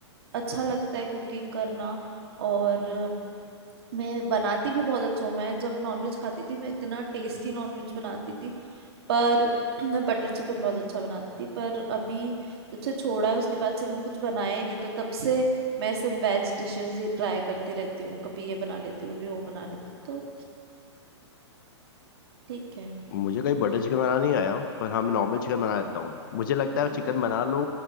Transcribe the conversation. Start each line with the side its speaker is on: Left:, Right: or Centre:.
Right: अच्छा लगता है कुकिंग करना और मैं बनाती भी बहुत अच्छा हूँ मैं जब नॉनवेज खाती थी मैं इतना टेस्टी नॉनवेज बनाती थी पर <clears throat> मैं बटर चिकन बहुत अच्छा बनाती थी पर अभी जब से छोड़ा है उसके बाद से कभी कुछ बनाया ही नहीं तो तब से मैं सिर्फ वेज डिशेस ही ट्राई करती रहती हूँ कभी ये बना लेती हूँ कभी वो बना लेती हूँ तो ठीक है
Left: मुझे
Right: तो,
Left: कहीं बटर चिकन बनाना नहीं आया पर हाँ मैं नॉर्मल चिकन बना लेता हूँ मुझे लगता
Right: हम्म,
Left: है चिकन बना लो